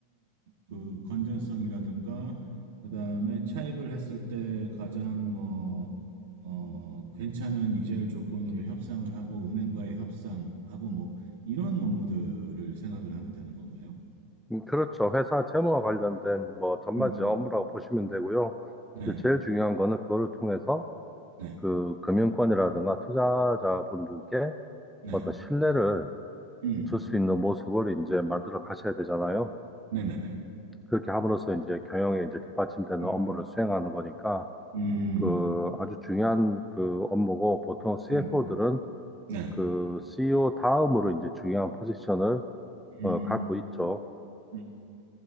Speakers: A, on the right; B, in the centre.
A: 그 건전성이라든가 그다음에 차입을 했을 때 가장 뭐 어, 괜찮은 이자율 조건으로 협상을 하고 은행과의 협상하고 뭐 이런 업무들을 생각을 하면 되는 건가요?
B: 음, 그렇죠. 회사 재무와 관련된 뭐 전반적인
A: 음.
B: 업무라고 보시면 되고요.
A: 네.
B: 이제 제일 중요한 거는 그거를 통해서
A: 네.
B: 그 금융권이라든가 투자자분들께
A: 네.
B: 어떤 신뢰를
A: 음.
B: 줄 수 있는 모습을 이제 만들어 가셔야 되잖아요.
A: 네네네.
B: 그렇게 함으로써 이제 경영에 이제 뒷받침되는
A: 음.
B: 업무를 수행하는 거니까
A: 음.
B: 그
A: 음.
B: 아주 중요한 그 업무고 보통 CFO들은
A: 음. 네.
B: 그 CEO 다음으로 이제 중요한 포지션을
A: 음.
B: 어, 갖고 있죠.
A: 음.